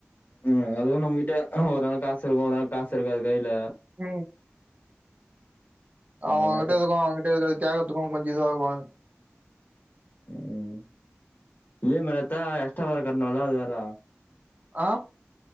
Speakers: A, on the left; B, on the right.
A: ம் அதுவு நம்ம கிட்ட ஒரு நா காசு இருகு ஒரு நா காசு இருகாது கைல
B: ம்
A: ம்
B: அவேங் கிட்ட இதுகு அவேங் கிட்ட இருகது கேகத்துகு அவுங் கொஞ்சோ இதுவாகு
A: ம் இ எம் ஐ ல எத்தா எஸ்ட்டா வேற கட்னுல்லா அது வேறா
B: ஆ